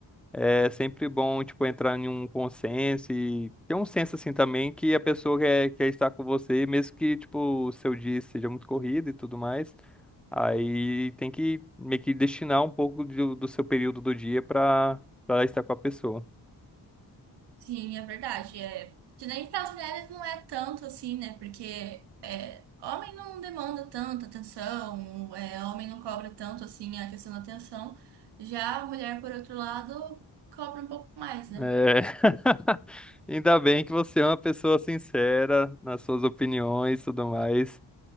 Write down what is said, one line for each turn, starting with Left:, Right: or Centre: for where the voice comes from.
Centre: É sempre bom, tipo, entrar em um consenso e ter um senso, assim, também que a pessoa quer, quer estar com você, mesmo que, tipo, o seu dia seja muito corrido e tudo mais. Aí tem que meio que destinar um pouco do, do seu período do dia para para estar com a pessoa.
Right: Sim, é verdade, é. Que nem para as mulheres não é tanto assim, né? Porque é, homem não demanda tanta atenção, é, homem não cobra tanto assim a questão da atenção. Já a mulher, por outro lado, cobra um pouco mais, né?
Centre: É... <laughs> Ainda bem que você é uma pessoa sincera nas suas opiniões e tudo mais.